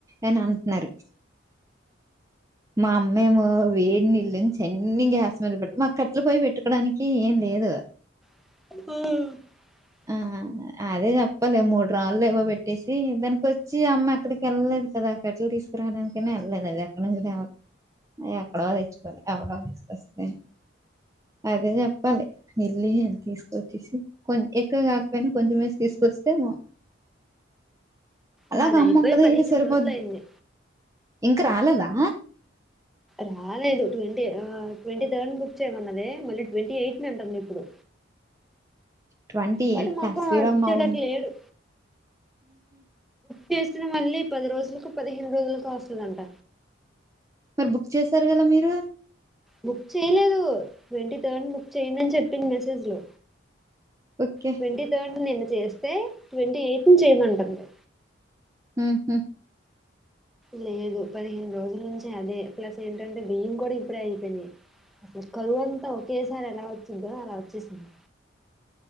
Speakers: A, on the right (about 15°); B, in the centre.
A: అని అంటున్నారు మా అమ్మమో వేడినిల్లు నుంచీ అన్ని గ్యాస్ మీద పెట్టి మాక్క కట్లు పోయ్యి పెట్టుకోడానికి ఏం లేదు
B: ఆ
A: ఆ అదే చెప్పలే మూడు రాళ్ళు ఏవో పెట్టేసి దానికి వచ్చి అమ్మ అక్కడికి వెళ్ళలేదు అదా కట్టలు తీసుకురాడానికైనా వెళ్ళలేదు అది ఎక్కడి నుంచి తేవాలి ఎక్కడో తెచ్చుకోవాలి ఎవరో తీసుకొస్తే అదే చెప్పాలి వెళ్లి తీసుకొచ్చేసి కొ ఎక్కువ కాకపోయినా కొంచెం వేసి తీసుకొచ్చ వస్తేమో అలాగ
B: మాది
A: అమ్మ
B: అయిపోయి
A: ఒక్కదైన
B: పదిహేను
A: సరిపోద్
B: రోజులు అయింది
A: ఇంకా రాలేదా
B: రాలేదు ట్వంటీ ట్వంటీ థర్డ్ బుక్ చేయమన్నదే మళ్ళీ ట్వంటీ ఎయిట్ ని అంట ఇప్పుడు
A: ట్వంట
B: వాడు
A: ఎయిట్
B: మొఖం
A: శ్రీరామ్నవమి
B: వాడు ఇచ్చేటట్టు లేడు చేసినా మళ్ళీ పది రోజులకు పదిహేను రోజులకు వస్తుందంట
A: మరి బుక్ చేశారు కదా మీరు
B: బుక్ చేయలేదు ట్వంటీ థర్డ్ బుక్ చేయండని చెప్పింది మెసేజ్ లో
A: ఓకే.
B: ట్వంటీ థర్డ్ నిన్న చేస్తే ట్వంటీ ఎయిత్ ని చేయమంటుంది.
A: ఉహూ
B: లేదు పదిహేను రోజుల నుంచి అదే ప్లస్ ఏంటంటే బియ్యం కూడా ఇప్పుడే అయిపోయినాయి. అసలు కరువు అంతా ఒకేసారి ఎలా వచ్చిందో అలా వచ్చేసింది.